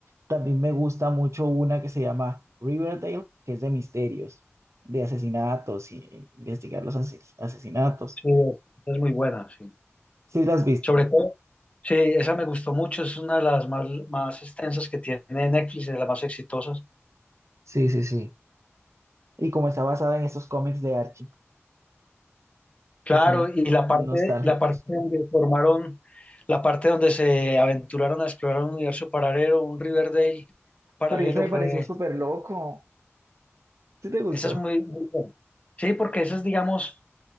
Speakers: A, on the right; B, on the left.
A: También me gusta mucho una que se llama Riverdale, que es de misterios, de asesinatos y e investigar los ases- asesinatos.
B: Sí, es, es muy buena, sí.
A: Sí, la has visto.
B: Sobre todo, sí, esa me gustó mucho, es una de las más, más extensas que tiene Netflix, de las más exitosas.
A: Sí, sí, sí. Y como está basada en esos cómics de Archie,
B: Claro,
A: que son
B: y la parte,
A: nostálgicos.
B: la parte donde formaron, la parte donde se aventuraron a explorar un universo paralelo, un Riverdale paralelo,
A: Pero ya se me
B: fue,
A: pareció súper loco. ¿Sí te gustó?
B: esa es muy, muy buena. Sí, porque esa es, digamos,